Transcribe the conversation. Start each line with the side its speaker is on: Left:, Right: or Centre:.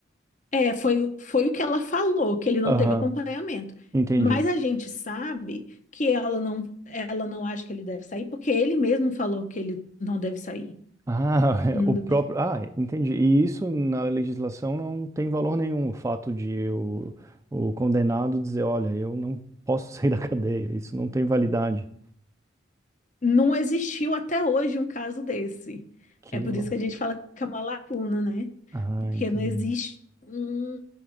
Left: É, foi, o- foi o que ela falou, que ele não
Right: Aham,
Left: teve acompanhamento.
Right: entendi.
Left: Mas a gente sabe que ela não, ela não acha que ele deve sair, porque ele mesmo falou que ele não deve sair.
Right: Ah, <laughs>
Left: N-
Right: é, o próprio. Ah, é, entendi. E isso na legislação não tem valor nenhum, o fato de o, o condenado dizer, olha, eu não posso <laughs> sair da cadeia, isso não tem validade.
Left: Não existiu até hoje um caso desse.
Right: Quilo.
Left: É por isso que a gente fala que é uma lacuna, né?
Right: Ah,
Left: Porque
Right: entendi.
Left: não existe um,